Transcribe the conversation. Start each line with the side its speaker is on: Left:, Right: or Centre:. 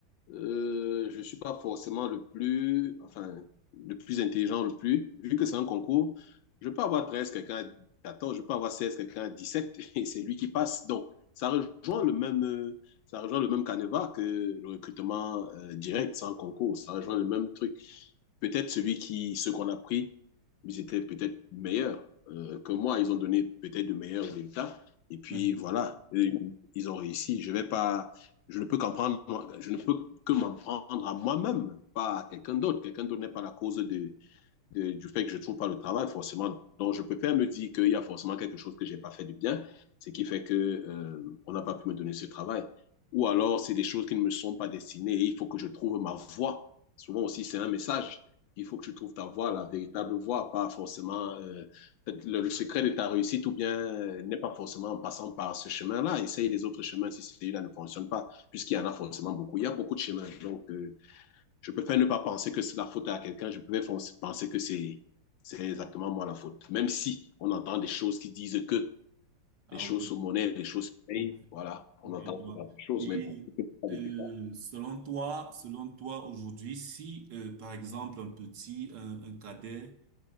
Left: Euh, je suis pas forcément le plus, enfin, le plus intelligent, le plus. Vu que c'est un concours, je peux avoir 13, quelqu'un a 14, je peux avoir 16, quelqu'un a 17, <laughs> et c'est lui qui passe. Donc, ça rejoint le même, euh, ça rejoint le même canevas que le recrutement euh, direct sans concours. Ça rejoint le même truc peut-être celui qui, ceux qu'on a pris, ils étaient peut-être meilleurs euh, que moi. Ils ont donné peut-être de meilleurs résultats. Et puis
Right: Mhm.
Left: voilà, ils ont réussi. Je vais pas, je ne peux qu'en prendre, je ne peux que m'en prendre à moi-même, pas à quelqu'un d'autre. Quelqu'un d'autre n'est pas la cause de, de, du fait que je ne trouve pas le travail, forcément, donc je peux pas me dire qu'il y a forcément quelque chose que j'ai pas fait de bien, ce qui fait que euh, on n'a pas pu me donner ce travail. Ou alors, c'est des choses qui ne me sont pas destinées et il faut que je trouve ma voie. Souvent aussi, c'est un message. Il faut que tu trouves ta voie, la véritable voie, pas forcément euh, le, le, secret de ta réussite ou bien euh, n'est pas forcément en passant par ce chemin-là. Essaye les autres chemins si celui-là ne fonctionne pas, puisqu'il y en a forcément beaucoup. Il y a beaucoup de chemins. Donc, euh, je préfère ne pas penser que c'est la faute à quelqu'un, je préfère penser que c'est c'est exactement moi la faute. Même si on entend des choses qui disent que
Right: Ah,
Left: les choses
Right: ok.
Left: sont monnaies, les choses se payent,
Right: Bon.
Left: voilà, on
Right: Ok,
Left: entend
Right: je vois.
Left: souvent des choses,
Right: Et
Left: mais bon, je ne peux pas
Right: euh,
Left: vécu ça.
Right: selon toi, selon toi aujourd'hui, si euh, par exemple un petit, un, un cadet